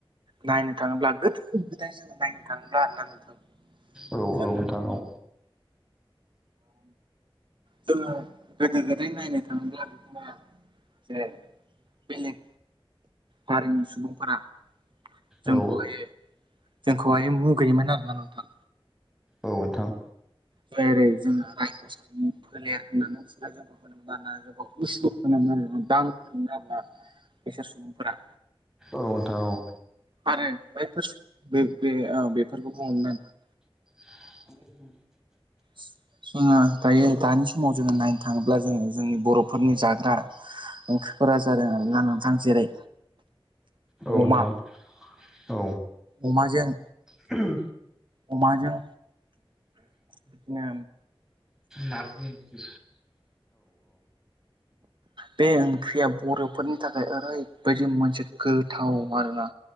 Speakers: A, on the right (about 55°); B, in the centre.
A: नायनो थाङोब्ला गोदो गोदाय जोङो नायनो थाङोब्ला आरोना नोंथां
B: औ
A: जोङो
B: औ नोंथां औ।
A: जोङो गोदो गोदाय नायनो थाङोब्ला जे बेलेग हारिनि सुबुंफोरा जोंखौहाय
B: औ
A: जोंखौहाय मुगैयोमोन आरोना नोंथां।
B: औ नोंथां।
A: जेरै जोङो रायखसनि फोलेर होननानै बिसोर जोंखौ होनोम आरोना ज <unintelligible> उसु होनोम आरो। दान खुंङा होनना बिसोर सुबुंफोरा
B: औ नोंथां औ।
A: आरो बेफोर सुबुं बे बे ओ बेफोरखौ बुंङोमोन आरो।
B: <inaudible>
A: <inaudible> जोङो दायो दानि समाव जोङो नायनो थाङोब्ला जोङो जोंनि बर'फोरनि जाग्रा ओंख्रिफोरा जा जादों आरो ना नोंथां जेरै
B: औ नोंथां
A: अमा
B: औ।
A: अमाजों
B: <unintelligible>
A: अमाजों बिदिनो
B: नारजि ओंख्रि।
A: बे ओंख्रियाव बर'फोरनि थाखाय ओरैबायदि मोनसे गोथाव आरोना।